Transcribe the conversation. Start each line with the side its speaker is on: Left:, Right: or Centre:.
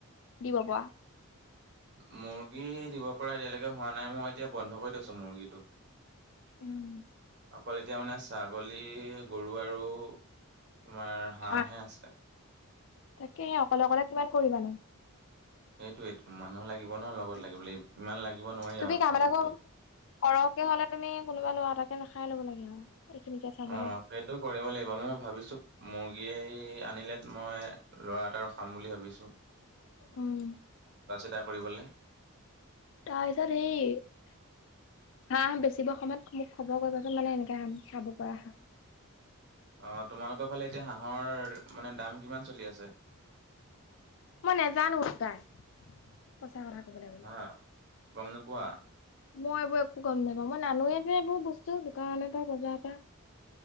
Left: দিব পৰা।
Right: মুৰ্গী, দিব পৰা এতিয়ালৈকে হোৱা নাই মই এতিয়া বন্ধ কৰি দিছো মুৰ্গীটো-
Left: উম
Right: অকল এতিয়া মানে ছাগলী, গৰু, আৰু- তোমাৰ হাঁহহে
Left: হাঁহ
Right: আছে-
Left: তাকে অকলে অকলে কিমান কৰিবানো।
Right: সেইটোয়েই মানুহ লাগিব ন লগত লাগিব ইমান লাগিব নোৱাৰি
Left: তুমি
Right: আৰু অকলে
Left: কাম এটা
Right: অকলে
Left: সৰহকে হলে তুমি কোনোবা লৰা এটাকে ৰখাই ল'ব লাগিৰ আৰু- এইখিনিকে চাবলে
Right: অ সেইটো কৰিব লাগিব মই ভাবিছো। মোৰ ইয়ে আনিলে মই ল'ৰা এটটা ৰখাম বুলি ভাবিছোঁ।
Left: ওম
Right: কিবা কৰিবলৈ।
Left: তাৰ পিছত সেৰি- হাঁহ, বেচিবৰ সময়ত মোক খবৰ কৰিবাচোন মানে এনেকে হ চাব পৰা হাঁহ, -
Right: আ তোমালোকৰ ফালে এতিয়া হাঁহৰ, মানে দাম কিমান চলি আছে।
Left: মই নোজানো উদাই সঁচা কথা ক'বলৈ গলে।
Right: হা গম নোপোৱা।
Left: মই এইবোৰ একো গম নাপাওঁ মই নানোৱেই যে এইবোৰ বস্তু দোকানৰ পৰা বজাৰৰ পৰা।